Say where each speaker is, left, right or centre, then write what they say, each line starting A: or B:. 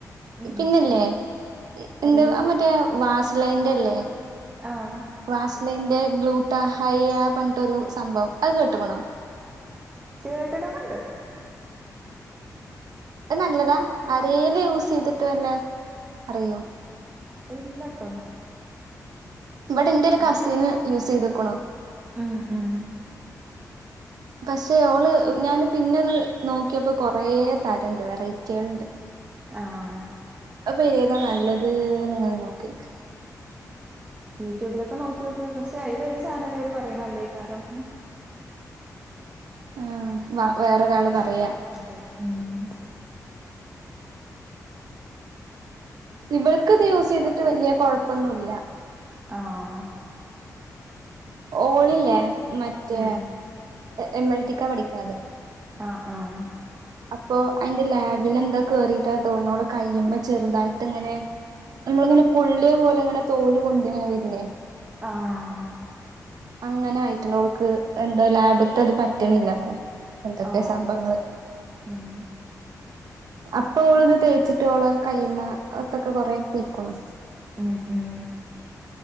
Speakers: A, on the right; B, on the right.
A: ഉം
B: പിന്നല്ലേ
A: പറയൂ
B: എന്ത മറ്റേ വാസ് -- ലൈൻന്റെ അല്ലേ
A: ആഹ്
B: വാസ്ലൈന്റെ ഗ്ലൂട്ട ഹൈ ആ പറഞ്ഞിട്ടൊരു സംഭവം അത് കേട്ടക്കണോ
A: കേട്ടിട്ടൊക്കെണ്ട്
B: അത് നല്ലതാ അരേൽ യൂസ് ചെയ്തിട്ട് വല്ല അറിയോ
A: ഇല്ലട്ടോ
B: ഇവിടെ എന്റെറെ ഒരു
A: അതിപ്പോ
B: കസീന്ന് യൂസ് ചെയ്തക്കണു
A: ഉം ഉം
B: പക്ഷെ ഓള് ഞാന് പിന്നെത് നോക്കിയപ്പോ കൊറേ തരംഉണ്ട് വെറൈറ്റികൾ ഉണ്ട് <inaudible>
A: ആഹ്
B: അപ്പൊ ഏതാ നല്ലത് നിങ്ങൾ നോക്കിരിക്ക്
A: യൂട്യൂബിലൊക്കെ നോക്കി നോക്ക് പക്ഷെ അതില് ഒരു ചാനല്കാര് പറയണ അല്ലേ കാ രം
B: ആഹ് വ വേറൊരാൾ പറയാ
A: അതെ ഉം
B: ഇവൾക്കത് യൂസ് ചെയ്തിട്ട് വലിയ കുഴപ്പൊന്നുല്ല
A: ആഹ്
B: ഓളില്ലേ മറ്റേ
A: ഉം
B: എം എൽ റ്റി ക്കാ പഠിക്കണത്
A: ആഹ് ആഹ്
B: അപ്പൊ അതിന്റെ ലാബിൽ എന്തോ കേറിയിട്ടാ തോന്നൂ അവളുടെ കയ്യുമ്മെ ചെറുതായിട്ട് ഇങ്ങനെ നമ്മളിങ്ങനെ പൊള്ളിയ പോലെ ഇങ്ങനെ തോല് പൊന്തിങ്ങനെ വരില്ലേ
A: ആഹ്
B: അങ്ങനെയായിട്ട് നമക്ക് എന്താ ലാഭത്ത്ത് പറ്റണില്ലാത്രെ എന്തൊക്കെ
A: ഓ
B: സംഭങ്ങള്
A: ഉം
B: അപ്പോ ഓള് ഇത് തേച്ചിട്ട് ഓള് കയ്യ്മ ഒത്തൊക്കെ കൊറെപീക്കണു
A: ഉം ഉം